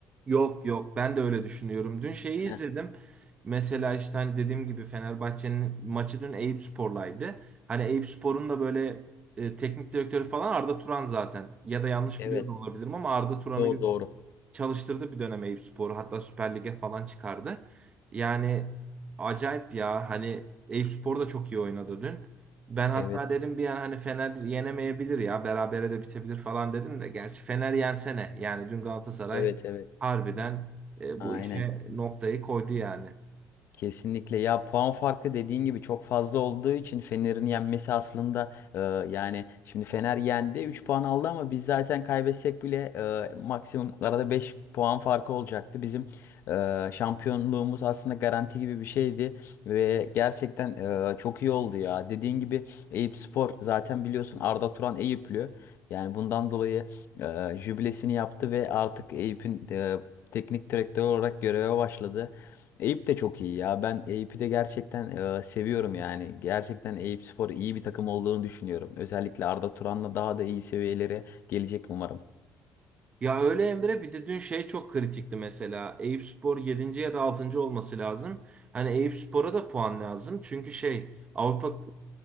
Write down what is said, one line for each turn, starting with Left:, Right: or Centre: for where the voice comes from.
Right: Yok yok ben de öyle düşünüyorum. Dün şeyi
Left: Heh,
Right: izledim. Mesela işte hani dediğim gibi Fenerbahçe'nin maçı dün Eyüpspor'laydı. Hani Eyüpspor'un da böyle e, teknik direktörü falan Arda Turan zaten. Ya da yanlış
Left: Evet.
Right: biliyor da olabilirim ama Arda Turan'ı
Left: Doğru doğru.
Right: çalıştırdı bir dönem Eyüpspor'u. Hatta Süper Lig'e falan çıkardı. Yani acayip ya. Hani Eyüpspor da çok iyi oynadı dün. Ben hatta
Left: Evet.
Right: dedim bir an hani Fener yenemeyebilir ya. Berabere de bitebilir falan dedim de. Gerçi Fener yensene. Yani dün Galatasaray
Left: Evet evet.
Right: harbiden e,
Left: Aynen.
Right: bu işe noktayı koydu yani.
Left: Kesinlikle ya puan farkı dediğin gibi çok fazla olduğu için Fener'in yenmesi aslında e, yani şimdi Fener yendi 3 puan aldı ama biz zaten kaybetsek bile e, maksimum arada 5 puan farkı olacaktı. Bizim e, şampiyonluğumuz aslında garanti gibi bir şeydi ve gerçekten e, çok iyi oldu ya. Dediğin gibi Eyüp Spor zaten biliyorsun Arda Turan Eyüplü. Yani bundan dolayı e, jübilesini yaptı ve artık Eyüp'ün e, teknik direktör olarak göreve başladı. Eyüp de çok iyi ya. Ben Eyüp'ü de gerçekten e, seviyorum yani. Gerçekten Eyüp Spor iyi bir takım olduğunu düşünüyorum. Özellikle Arda Turan'la daha da iyi seviyelere gelecek umarım.
Right: Ya öyle Emre bir de dün şey çok kritikti mesela. Eyüpspor 7. ya da 6. olması lazım. Hani Eyüpspor'a da puan lazım. Çünkü şey Avrupa